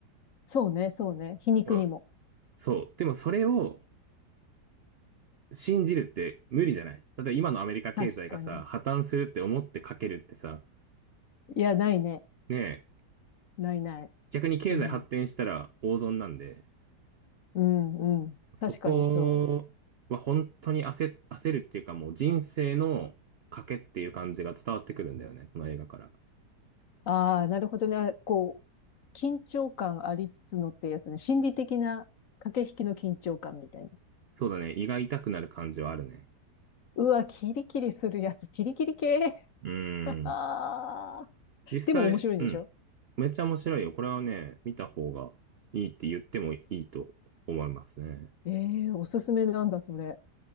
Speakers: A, on the left (about 55°); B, on the right (about 80°).
A: そうね、そうね。皮肉にも。
B: うん。そう。でもそれを信じるって無理じゃない例えば今のアメリカ経済がさ、
A: 確かに。
B: 破綻するって思ってかけるってさ、
A: いや、ないね。
B: ねえ、
A: ないない。
B: 逆に経済発展したら大損なんで、
A: うん。うん、うん。
B: そこは本当に焦、
A: 確かにそ
B: 焦るっていうかもう人生の賭けっていう感じが伝わってくるんだよね、この映画から。
A: う。ああ、なるほどね。あこう、緊張感ありつつのってやつね。心理的な駆け引きの緊張感みたいな。
B: そうだね、胃が痛くなる感じはあるね。
A: うわ、キリキリするやつ。キリキリ系。
B: うーん。
A: <laughs> あー
B: 実際、
A: でも面白いんでしょ
B: うん。めっちゃ面白いよ。これはね、見た方がいいって言ってもいいと思いますね。
A: ええーおすすめなんだ、それ。